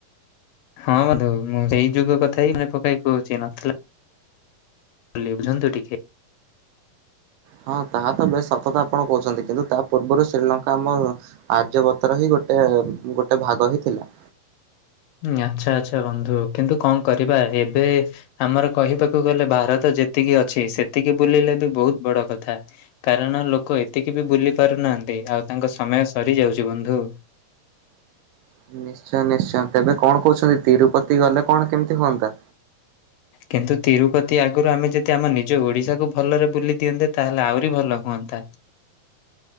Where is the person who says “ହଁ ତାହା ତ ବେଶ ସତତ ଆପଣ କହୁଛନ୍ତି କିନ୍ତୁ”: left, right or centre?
Right